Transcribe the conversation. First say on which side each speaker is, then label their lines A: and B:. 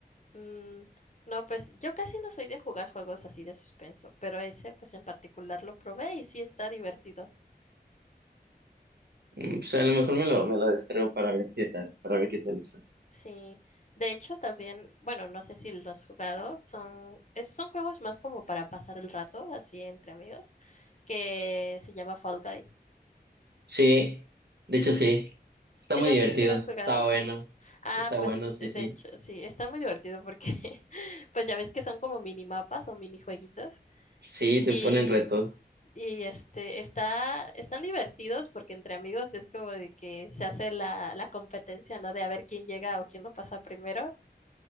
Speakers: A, on the left; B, on the right.
A: mm, no, pues yo casi no soy de jugar juegos así de suspenso, pero ese pues en particular lo probé y sí está divertido.
B: Mm, Pues a lo mejor me lo, me lo descargo para ver qué tal, para ver qué tal está.
A: Sí, de hecho también, bueno, no sé si lo has jugado, son, es- son juegos más como para pasar el rato, así entre amigos, que se llama Fall Guys.
B: Sí, de hecho sí, está
A: ¿Sí
B: muy
A: lo
B: divertido,
A: has, sí lo has jugado?
B: está bueno,
A: Ah,
B: está
A: pues
B: bueno, sí,
A: eh,
B: sí,
A: de hecho, sí, está muy divertido porque <laughs> pues ya ves que son como minimapas o minijueguitos
B: sí, te
A: y,
B: ponen retos.
A: y este, está, están divertidos porque entre amigos es como de que se hace la, la competencia, ¿no? De a ver quién llega o quién lo pasa primero.